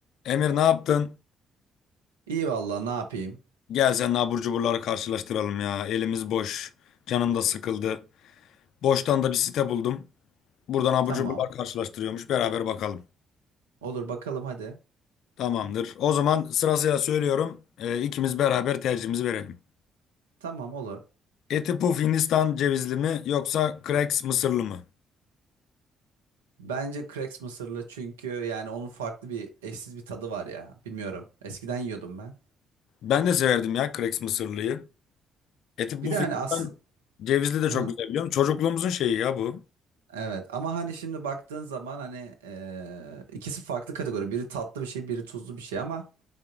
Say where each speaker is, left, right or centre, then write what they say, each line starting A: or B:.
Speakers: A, on the left; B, on the right.
A: Emir ne yaptın?
B: İyi valla ne yapayım?
A: Gel sen abur cuburları karşılaştıralım ya. Elimiz boş. Canım da sıkıldı. Boştan da bir site buldum. Buradan abur
B: Tamam.
A: cuburlar karşılaştırıyormuş. Beraber bakalım.
B: Olur bakalım hadi.
A: Tamamdır. O zaman sırasıyla söylüyorum. Ee, ikimiz beraber tercihimizi verelim.
B: Tamam olur.
A: Eti Puf Hindistan cevizli mi yoksa Cracks mısırlı mı?
B: Bence Cracks mısırlı çünkü yani onun farklı bir eşsiz bir tadı var ya. Bilmiyorum. Eskiden yiyordum ben.
A: Ben de severdim ya Cracks mısırlıyı. Eti
B: Bir
A: Puf
B: de hani
A: Hindistan
B: asıl...
A: cevizli de
B: Aha.
A: çok güzel biliyorum. Çocukluğumuzun şeyi ya bu.
B: Evet ama hani şimdi baktığın zaman hani eee, ikisi farklı kategori. Biri tatlı bir şey, biri tuzlu bir şey ama